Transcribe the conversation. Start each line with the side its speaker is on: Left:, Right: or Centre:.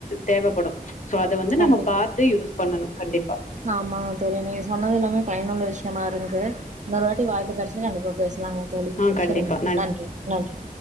Left: தேவப்படு சோ அத வந்து
Right: கண்டிப்பா
Left: நம்ம பாத்து யூஸ் பண்ணணு கண்டிப்பா
Right: ஆமாங்க தோழி நீங்க சொன்னது எல்லாமே பயனுள்ள விஷ் யமா இருகுது இன்னொரு வாட்டி வாய்ப்பு கெடச்சா கண்டிப்பா பேஸ் லாங்க தோழி
Left: ஆ கண்டிப்பா
Right: செரிங்க நன்றி நன்றி